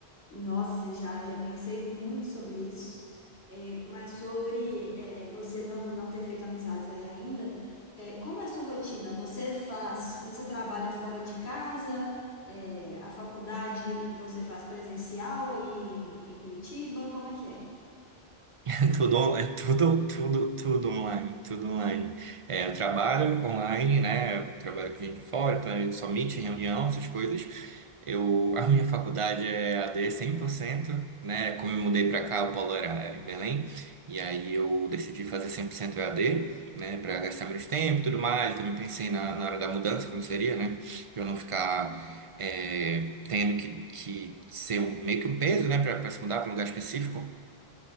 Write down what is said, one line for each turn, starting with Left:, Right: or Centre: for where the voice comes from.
Left: Nossa, já, já pensei muito sobre isso, É, mas sobre é, você não, não ter feito amizades aí ainda, é, como é a sua rotina? Você faz, você trabalha fora de casa, É, a faculdade você faz presencial aí em, em Curitiba, como é que é?
Right: <laughs> É tudo, on- é tudo, tudo, tudo online, tudo online. É, eu trabalho online, né? Eu trabalho com gente de fora, então eu só meet, reunião, essas coisas. Eu, a minha faculdade é AD cento né? Como eu mudei para cá, o polo era, era em Belém, e aí eu decidi fazer 100% EAD, né? Para gastar menos tempo e tudo mais. Também pensei na, na hora da mudança, como seria, né? Para eu não ficar é, tendo que, que ser um, meio que um peso, né? Para se mudar para um lugar específico.